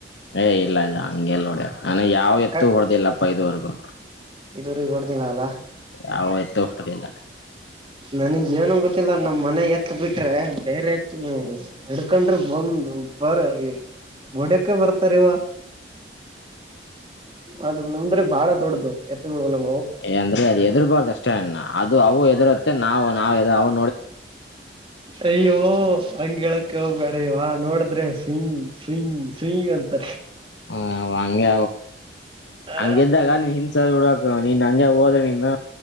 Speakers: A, on the left; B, on the right.
A: ಏ ಇಲ್ಲ ಇಲ್ಲ ಹಂಗೆಲ್ಲ ನೋಡ್ಯ ನಾನ ಯಾವ್ ಎತ್ತು
B: ಕ
A: ಹೊಡೆದಿಲ್ಲಪ್ಪ ಇದುವರೆಗೂ
B: ದೂರಿಗೆ ಕೊಡ್ದಿಲ್ಲ ಅಲ್ಲ
A: ಯಾವ ಎತ್ತು ಹೊಡೆದಿಲ್ಲ
B: ನನಗ್ ಏನ ಗೊತ್ತಿಲ್ಲ ನಮ್ಮ್ ಮನೆ ಎತ್ ಬಿಟ್ರೆ ಬೇರೆ ಎತ್ ಹಡ್ಕೊಂಡ್ರ ಬಂದ ಬರ ಮುಡೋಕ್ಕೆ ಬರ್ತ ರವಾ ಅದು ನಮ್ರೆ ಬಹಳ ದೊಡ್ಡದು ಎ ನ
A: ಏ ಅಂದ್ರೆ ಅದು ಎದರ್ಬಾರ್ದ ಅಷ್ಟೇಣ ಅದು ಅವು ಎದರುತ್ತೆ ನಾವು ನಾವವು
B: ಅಯ ಹಂಗಗೆ ಹೇಳಕ್ ಹೋಗ್ಬೇಡ ಇವ ನೋಡಿದ್ರೆ ಸಯ ಸಯ ಸಯ್ ಅಂತಾರ
A: ಹ ಹಂಗೆ
B: ಆ
A: ಹಂಗ್ದಾಗ ನೀ ಹನ್ಸ ಹಡ್ಕ್ ನೀನ್ ಹಂಗೆ ಹ ನೀನು